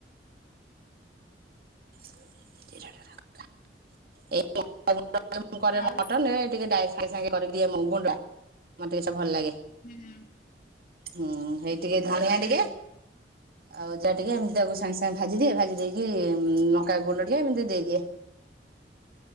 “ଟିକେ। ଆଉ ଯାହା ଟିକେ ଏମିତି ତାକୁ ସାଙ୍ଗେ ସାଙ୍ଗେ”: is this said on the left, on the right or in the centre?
Right